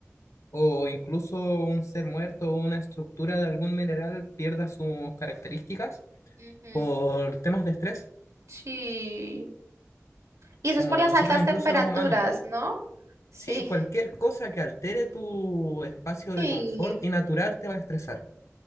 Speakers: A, on the left; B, on the right.
A: o incluso un ser muerto o una estructura de algún mineral pierda sus características
B: Ujú,
A: por temas de estrés,
B: sí. Y eso
A: como
B: es por las
A: nosotros
B: altas
A: incluso
B: temperaturas,
A: los humanos.
B: ¿no? Sí,
A: Sí, cualquier cosa que altere tu espacio
B: sí.
A: de confort y natural te va a estresar.